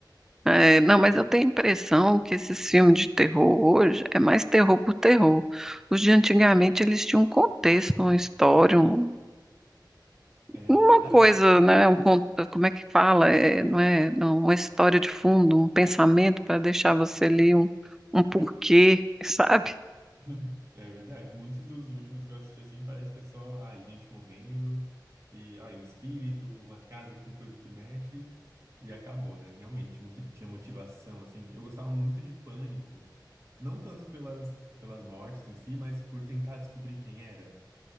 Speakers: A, in the centre; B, on the right (about 40°).
A: É, não, mas eu tenho a impressão que esses filmes de terror hoje é mais terror por terror. Os de antigamente eles tinham um contexto, uma história, um-
B: É
A: uma
B: verdade.
A: coisa, né? Um, con- como é que fala? É, não é, não, uma história de fundo, um pensamento para deixar você ali um, um porquê, <laughs> sabe?
B: <laughs> É verdade. Muitos dos últimos que eu assisti assim parece que é só, ai, gente morrendo e, ai, um espírito, uma casa com coisa que mexe e acabou, né? Realmente, um que tinha motivação, assim. Eu gostava muito de Pânico, não tanto pelas, pelas mortes em si, mas por tentar descobrir quem era,